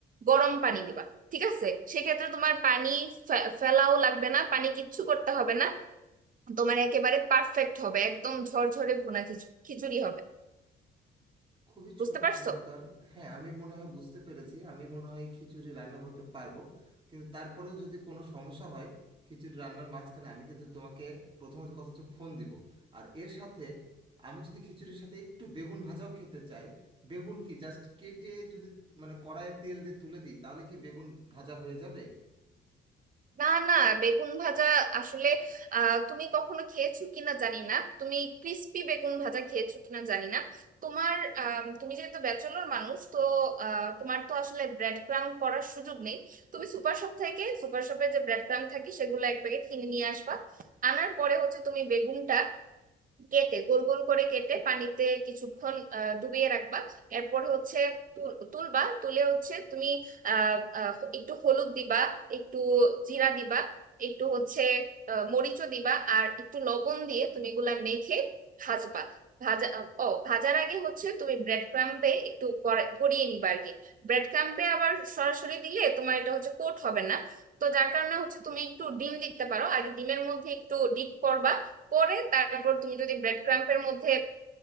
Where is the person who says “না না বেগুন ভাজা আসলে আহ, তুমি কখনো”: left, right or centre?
Right